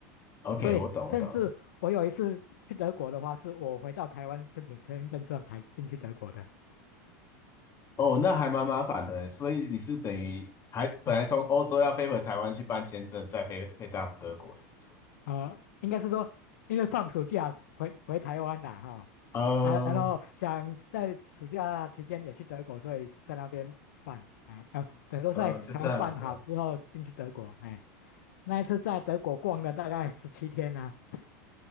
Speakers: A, on the left; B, on the left.
A: ，OK，
B: 所以甚至我有一次去德国的话，
A: 我懂我懂。
B: 是我回到台湾申请签证之后才进去德国的，
A: 哦，那还蛮麻烦的欸，所以你是等于还本来从欧洲要飞回台湾去办签证，
B: 嗯。
A: 再飞飞到德国，是不是？
B: 啊、应该是说，因为放暑假回回台湾啦，哈，
A: 呃
B: 啊，然后想在暑假期间也去德国，所以在那边办，哎，啊，等于说在台湾办好之后进去德国，
A: 呃，就这样子了。
B: 哎，那一次在德国逛了大概十七天呐、啊，